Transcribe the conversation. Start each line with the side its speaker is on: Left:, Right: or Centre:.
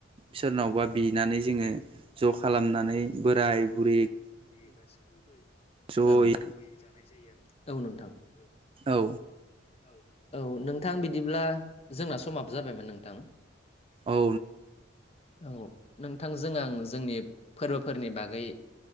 Right: सोरनावबा बिनानै जोङो ज खालामनानै बोराय बुरि
Left: बे गासिखौबो
Right: ज'यै
Left: औ जयै जानाय जायो आरो औ नोंथां औ।
Right: औ
Left: औ औ नोंथां बिदिब्ला जोंना समाबो जाबायमोन नोंथां।
Right: औ।
Left: औ नोंथांजों आं जोंनि फोरबोफोरनि बागै